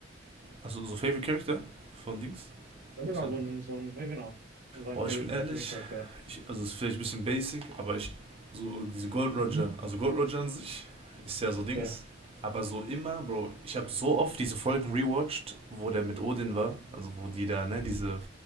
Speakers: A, on the right (about 30°); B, on the right (about 50°).
A: also so Favorite Character von Dings?
B: Ja, genau,
A: Also,
B: so ein, so ein, ja, genau, so ein
A: boah,
B: Favorite
A: ich bin
B: Main
A: ehrlich,
B: Main Character, ja.
A: ich, also es ist vielleicht ein bisschen basic, aber ich, so diese Gold Roger,
B: Mhm.
A: also Gold Roger an sich ist ja so Dings,
B: Okay.
A: aber so immer, Bro, ich habe so oft diese Folgen rewatcht, wo der mit Odin war, also wo die da, ne, diese